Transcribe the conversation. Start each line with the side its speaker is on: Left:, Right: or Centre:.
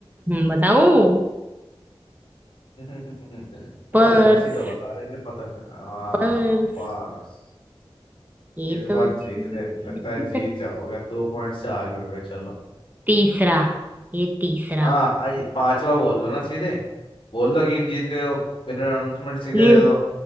Right: बताऊं
Left: <laughs> तुम्हारी
Right: पर्स
Left: हंसी तो बता रही है पता नहीं हाँ
Right: पर्स
Left: बस
Right: ये
Left: इस
Right: तो
Left: बार
Right: है
Left: जीतने लगता है जीत जाओगे दो पॉइंट से आगे हो गए चलो
Right: <laughs> तीसरा ये तीसरा
Left: हाँ आई पांचवा बोल दो ना सीधे बोल दो गेम जीत गए हो बिना अनाउंसमेंट सीधे
Right: ये
Left: दे दो